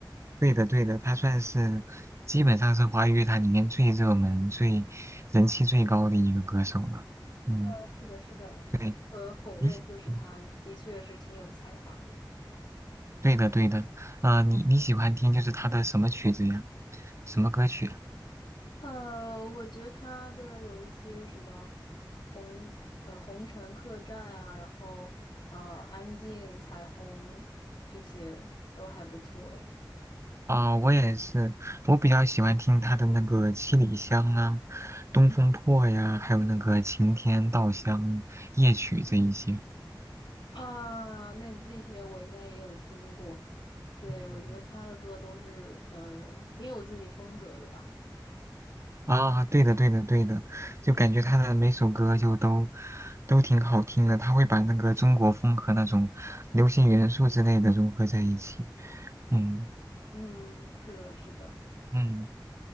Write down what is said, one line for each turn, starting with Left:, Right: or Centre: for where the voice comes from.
Right: 对的对的，他算是基本上是华语乐坛里面最热门、最人气最高的一个歌手了。嗯，
Left: 呃，是的，是的。
Right: 对，
Left: 不可否认，
Right: 你喜，
Left: 就是他的确是挺有才华的。
Right: 嗯对的对的，啊，你你喜欢听就是他的什么曲子呀？什么歌曲啊
Left: 呃，我觉得他的有一些什么红呃红尘客栈啊，然后呃安静彩虹这些都还不错诶。
Right: 啊、我也是，我比较喜欢听他的那个《七里香》啊，《东风破》呀，还有那个《晴天稻香》夜曲这一些。
Left: 啊，那那些我应该也有听过，对，
Right: 嗯
Left: 我觉得他的歌都是呃挺有自己风格的吧。
Right: 啊，对的，对的，对的，就感觉他的每首歌就都都挺好听的，他会把那个中国风和那种流行元素之类的融合在一起。嗯
Left: 嗯，是的，是的，
Right: 嗯，